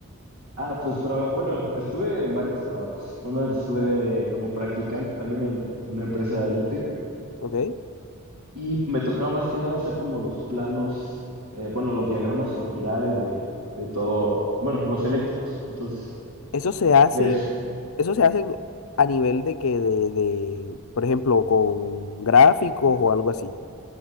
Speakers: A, on the right (about 70°); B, on the left (about 70°).
A: Ah, pues traba- bueno, estuve en varios trabajos. Uno estuve como practicante también en en una empresa eléctrica.
B: ¿Ok?
A: Y me tocaba más que nada hacer como los planos, eh, bueno, los diagramas unifilares de, de todo, bueno, los eléctricos. Entonces,
B: Eso se hace,
A: es,
B: eso se hacen a nivel de que de, de, por ejemplo, con gráficos o algo así.